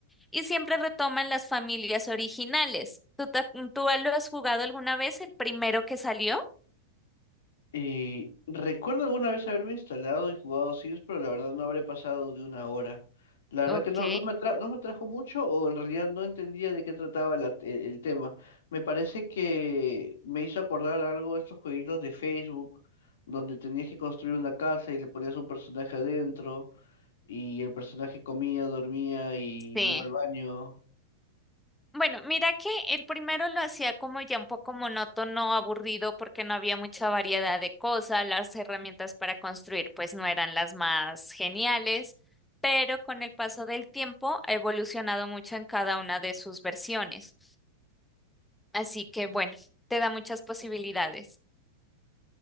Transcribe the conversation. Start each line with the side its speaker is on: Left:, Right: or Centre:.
Centre: y siempre retoman las familias originales. ¿Tú, te- tú lo has jugado alguna vez, el primero que salió?
Left: Eh, recuerdo alguna vez haberme instalado y jugado Sims, pero la verdad no habré pasado de una hora. La verdad
Centre: Ok,
Left: que no, no me atra- no me atrajo mucho o en realidad no entendía de qué trataba la- el, el tema. Me parece que me hizo acordar algo de estos jueguitos de Facebook, donde tenías que construir una casa y le ponías un personaje adentro y el personaje comía, dormía y
Centre: sí.
Left: iba al baño.
Centre: Bueno, mira que el primero lo hacía como ya un poco monótono, aburrido, porque no había mucha variedad de cosas, las herramientas para construir pues no eran las más geniales, pero con el paso del tiempo ha evolucionado mucho en cada una de sus versiones. Así que bueno, te da muchas posibilidades.